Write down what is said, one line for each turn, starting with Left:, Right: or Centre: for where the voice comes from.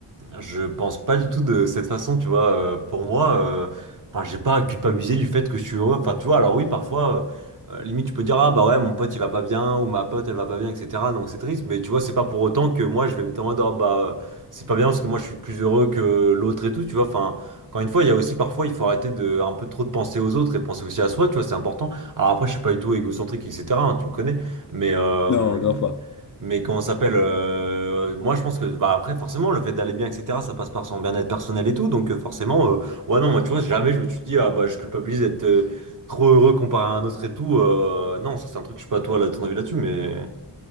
Right: je pense pas du tout de cette façon, tu vois, euh, pour moi euh, enfin j'ai pas à culpabiliser du fait que je suis heureux. Enfin, tu vois, alors oui, parfois euh, euh, limite tu peux dire ah bah ouais, mon pote il va pas bien ou ma pote elle va pas bien etc. Donc c'est triste, mais tu vois, c'est pas pour autant que moi je vais me dire ah bah euh, c'est pas bien parce que moi je suis plus heureux que l'autre et tout, tu vois. Enfin, encore une fois, il y a aussi parfois il faut arrêter de un peu trop de penser aux autres et penser aussi à soi, tu vois, c'est important. Alors après, je suis pas du tout égocentrique etc. hein, tu me connais. Mais, euh,
Left: Non, grave pas.
Right: mais comment ça s'appelle euh, Moi, je pense que, bah, après, forcément, le fait d'aller bien, etc., ça passe par son bien-être personnel et tout. Donc, euh, forcément, euh, ouais, non, moi, tu vois, jamais je me suis dit, ah, bah, je culpabilise d'être euh, trop heureux comparé à un autre et tout. Euh, non, ça, c'est un truc, je sais pas, toi, là, ton avis là-dessus, mais